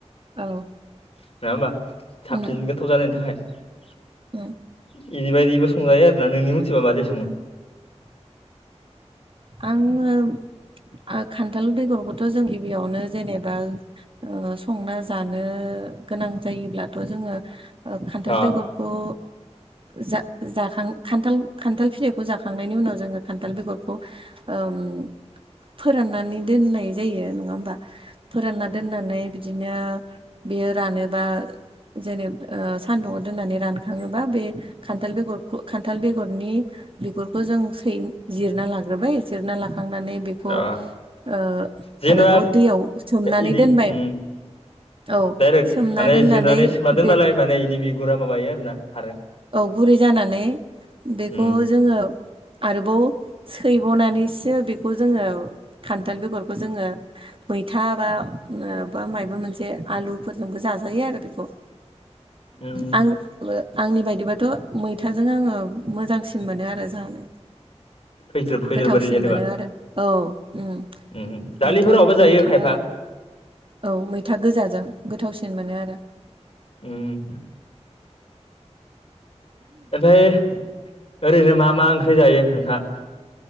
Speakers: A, on the right; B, on the left.
A: औ
B: नंङा होमबा साबसिन
A: उम
B: गोथाव जानायनि थाखाय
A: उम
B: इदिबायायदिबो संजायो आरोना नोंनि मिथिबा मादै संङो
A: आंङो खान्थाल बेगरखौथ' जों गिबियावनो जेनेबा ओ संना जानो गोनां जायोब्लाथ' जोङो खान्थाल
B: अ
A: बेगर अ जा-जाखां खान्थाल खान्थाल फिथाइखौ जाखांनायनि उनाव जोंङो खान्थाल बेगर खौ ओम फोराननानै दोननाय जायो नंङा ओमबा फोरानना दोननानै बिदिनो बेयो रानोबा जेने ओ सान्दुंआव दोननानै रानखांङोबा बे खान्थाल बेगरखौ खान्थाल बेगरनि बिगुरखौ जों सै जिर ना लाग्रोबाय जिरना लाखांनानै बेखौ
B: अ
A: ओ
B: जेनेबा
A: आरोबाव दैयाव सोमनानै
B: इदि
A: दोनबाय।
B: उम
A: औ
B: डाइरेक्ट
A: सोमना
B: माने
A: दोननानै
B: जिरनानै सोमना दोनबालाय
A: बे
B: माने इनि बिगुरा माबायो आरो ना खारो
A: औ गुरै जानानै बेखौ
B: उम
A: जोंङो। आरोबाव सैबावनानैसो बेखौ जोंङो खान्थाल बेगरखौ जोंङो। मैथा बा बा मायबा मोनसे आलुफोरजोंबो जाजायो आरो बेखौ
B: उम
A: आं आंनि बाय बाथ' मैथाजों आंङो मोजांसिन मोनो आरो जानो
B: खैज्रोब खैज्रोब
A: गोथावसिन
B: ओरै जेनेबा
A: मोनो आरो औ ओम
B: उम दालिफोरावबो
A: मैथा
B: जायो
A: मैथा
B: खायफा
A: औ मैथा गोजाजों गोथावसिन मोनो आरो
B: ओम नाथाय ओरैनो मा मा ओंख्रि जायो नोंथांआ